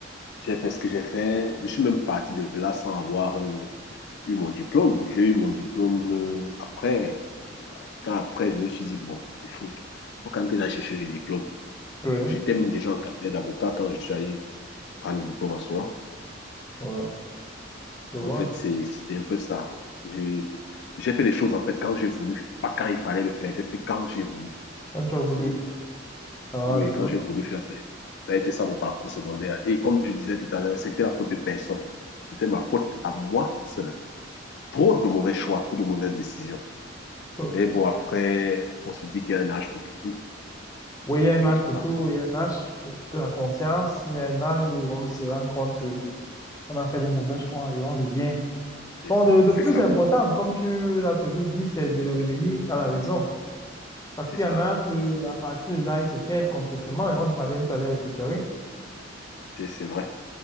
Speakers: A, on the left; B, on the left.
A: j'ai fait ce que j'ai fait. Je suis même parti de là sans avoir euh, eu mon diplôme. J'ai eu mon diplôme euh, après. Quand après, je me suis dit, bon, il faut, faut quand même que j'aille chercher le diplôme.
B: Oui,
A: J'étais même déjà en cabinet d'avocat quand je suis allé prendre le diplôme à soi.
B: voilà, je
A: En
B: vois.
A: fait, c'est, c'est un peu ça. Je- J'ai fait les choses, en fait, quand j'ai voulu. Pas quand il fallait le faire. J'ai fait quand j'ai voulu.
B: Quand tu as voulu.
A: C'est
B: Ah,
A: Oui,
B: je vois.
A: quand j'ai voulu faire ça, ça a été ça mon parcours secondaire. Et comme je disais tout à l'heure, c'était la faute de personne. C'était ma faute à moi seul. Trop de mauvais choix, trop de mauvaises décisions.
B: <laughs>
A: Et bon, après, on se dit qu'il y a un âge pour tout.
B: Oui, il y a un
A: Puis
B: âge
A: voilà,
B: pour tout, il y a un âge de de la conscience, il y a un âge où on se
A: c'est ça,
B: rend compte que on a fait des mauvais choix et on revient.
A: c'est
B: Bon,
A: ça,
B: de, de
A: c'est
B: plus
A: ça,
B: important, comme tu l'as toujours dit, c'est de revenir à la raison. Parce
A: c'est
B: qu'il
A: ça,
B: y en a que, à partir de là, ils se perdent complètement et on ne parvient pas à les récupérer.
A: c'est c'est vrai.